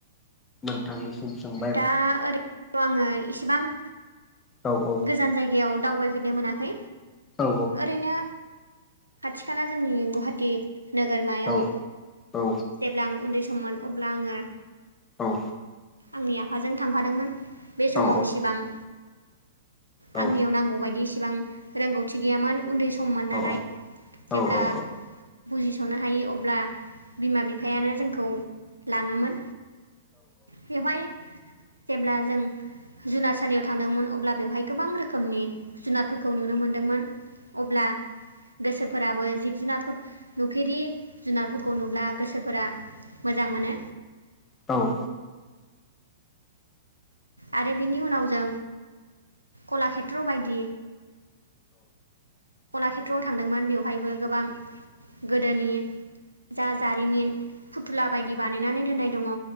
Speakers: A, on the left (about 20°); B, on the right (about 85°).
A: नोंथांनिसिम सों
B: दा ओरैथ' आङो इसेबां
A: औ औ
B: गोजान जायगायाव दावबायहैनो मोनाखै
A: औ
B: ओरैनो खाथि खाला जोंनि गुवाहाटी नोगोरमायाव
A: औ औ
B: जेब्ला आं उन्दै सममोन अब्ला आङो
A: औ
B: आंनि आफाजों थांफादोंमोन बे समाव
A: औ
B: इसिबां आंनियाव
A: औ
B: नांगौबायदि इसिबां रोंगौथि गैयामोन। उन्दै सममोन नालाय
A: औ
B: जेब्ला
A: औ औ
B: बुजिस'नो हायि अब्ला बिमा बिफायानो जोंखौ लाङोमोन बेवहाय जेब्ला जों जुनारसालियाव थांदोंमोन। अब्ला बेवहाय गोबां रोखोमनि जुनादफोरखौ नुनो मोनदोंमोन। अब्ला गोसोफोराबो जिब जुनाद नुफेरि जुनारफोरखौ नुब्ला गोसोफोरा मोजां मोनो।
A: औ।
B: आरो बिनि उनाव जों कलाखेत्र बायदि कलाखेत्रआव थांदोंमोन। बेवहायबो गोबां गोदोनि जा जारिमिन फुथुला बायदि बानायनानै दोननाय दङ।